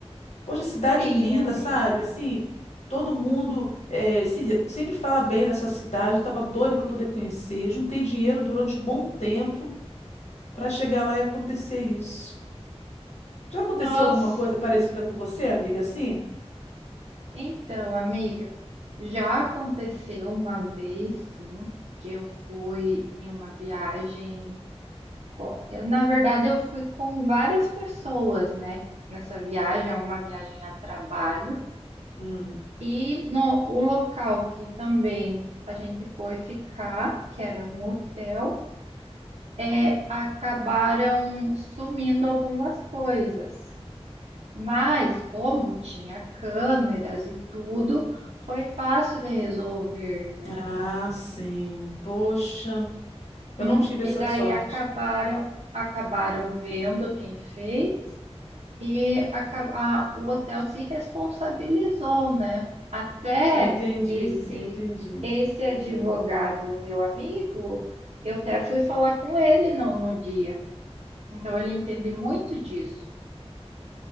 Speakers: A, on the left; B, on the right.
A: Poxa, cidade
B: sim,
A: linda,
B: amiga.
A: sabe? Assim, todo mundo eh, se- sempre fala bem dessa cidade. Eu estava doida para poder conhecer. Juntei dinheiro durante um bom tempo para chegar lá e acontecer isso. Já aconteceu
B: Nossa.
A: alguma coisa parecida com você, amiga, assim?
B: Então, amiga, já aconteceu uma vez, sim, que eu fui em uma viagem. com- Na verdade, eu fui com várias pessoas, né? Nessa viagem, é uma viagem a trabalho.
A: Hum.
B: E no, o local que também a gente foi ficar, que era um hotel, é, acabaram sumindo algumas coisas. Mas, como tinha câmeras e tudo, foi fácil de resolver, né?
A: Ah, sim. Poxa, eu
B: Uhum.
A: não tive
B: E
A: essa
B: daí
A: sorte.
B: acabaram, acabaram vendo quem fez e aca- a- o hotel se responsabilizou, né? Até
A: Eu entendi,
B: esse
A: eu entendi,
B: esse advogado, meu amigo, eu até fui falar com ele no, no dia. Então ele entende muito disso.